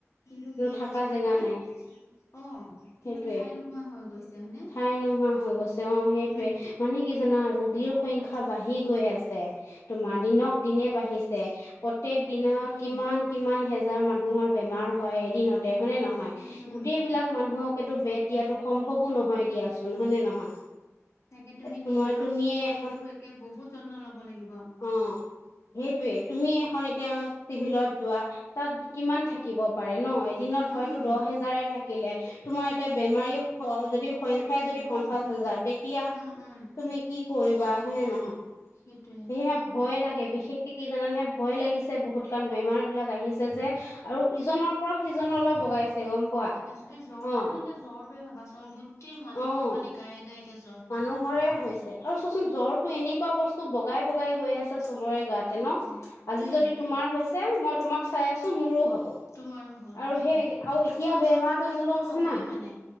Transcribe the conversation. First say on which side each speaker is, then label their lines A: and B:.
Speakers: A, on the left (about 65°); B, on the left (about 80°).
A: কিন্তু কি
B: থাকা
A: হৈছে
B: জেগা
A: তোমাৰ
B: নাই
A: অ'কিন্তু
B: সেইটোৱে।
A: ঠাই নোহোৱা হৈ গৈছে হয়নে?
B: ঠাই নোহোৱা হৈ গৈছে অ' সেইটোৱে,
A: উম
B: মানে কি জানা ৰোগীৰ সংখ্যা বাঢ়ি গৈ আছ ছে তোমাৰ দিনক দিনে বাঢ়িছে প্ৰত্যেক দিনা
A: তাকেই।
B: কিমান কিমান হেজাৰ মানুহৰ বেমাৰ হয় এদিনতে হয়নে নহয়,
A: উম, উম,
B: গোটেই বিলাক মানুহক সেইটো বেট দিয়াটো সম্ভৱো নহয় দিয়াচোন হয়নে, নহয়?
A: তাকে তুমি
B: তোমাৰ
A: নিজৰ
B: তুমিয়ে
A: শৰীৰটো
B: এখন
A: একে বহুত যত্ন ল'ব লাগিব।
B: অ সেইটোয়ে তুমি এখন এতিয়া চিভিলত যোৱা তাত কিমান থাকিব পাৰে ন' এদিনত
A: উম,
B: হয়তো দহ হেজাৰে থাকিলে। তোমাৰ এতিয়া বেমাৰীৰ, যদি সংখ্যাই
A: তাকে
B: যদি
A: অ',
B: পঞ্চাশ হাজাৰ, তেতিয়া তুমি
A: উম, উম,
B: মি কি কৰিবা হয়নে, নহয়?
A: সেইটোৱে।
B: সেইহে ভয়ে লাগে বিশেষকে কি জানে নে, ভয় লাগিছে বহুত কাৰণ বেমাৰ বিলাক আহিছে ছেযে আৰু ইজনৰ পৰা সিজনলৈ বগাইছে গম পোৱা?
A: তাৰপিছত, এই জ্বৰ
B: অ
A: সাধাৰণ এতিয়া জ্বৰটোৱে ভাবাচোন গোটেই মানুহৰ
B: অ
A: মানে গায়ে, গায়ে এতিয়া জ্বৰ।
B: মানুহৰে হৈছে আৰু চোৱাচোন জ্বৰতো এনেকুৱা বস্তু বগাই বগাই গৈ আছে চোন। চবৰে গাতে
A: অ',
B: ন,
A: সেইয়াই
B: আজি যদি তোমাৰ হৈছে মই তোমাক চাই আছো মোৰো হ'ব।
A: তোমাৰো হ'ল
B: আৰু
A: উম।
B: সেই একে, আৰু এতিয়া
A: তোমাৰ ওচৰত
B: বেমাৰটো
A: থকা
B: কেনেকৈ
A: জনৰ
B: হৈছে
A: হ'বই
B: জনা?
A: মানে